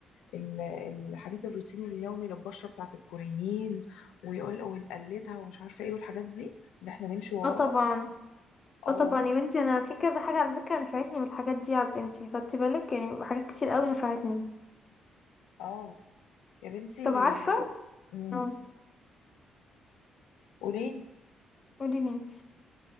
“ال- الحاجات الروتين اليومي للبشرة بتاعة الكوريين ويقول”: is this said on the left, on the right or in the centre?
Left